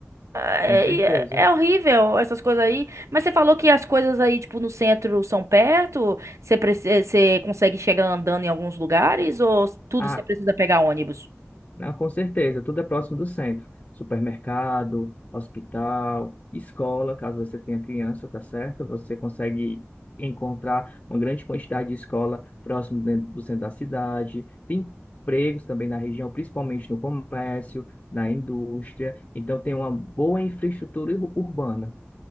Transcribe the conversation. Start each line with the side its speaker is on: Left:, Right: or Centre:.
Right: É,
Left: com certeza.
Right: é- é horrível essas coisas aí. Mas você falou que as coisas aí, tipo, no centro são perto? Você, preci- você consegue chegar andando em alguns lugares? Ou tudo
Left: Ah,
Right: você precisa pegar ônibus?
Left: não, com certeza, tudo é próximo do centro. Supermercado, hospital, escola, caso você tenha criança, tá certo? Você consegue encontrar uma grande quantidade de escola próximo dentro do centro da cidade. Tem empregos também na região, principalmente no comércio, na indústria. Então tem uma boa infraestrutura ur- urbana.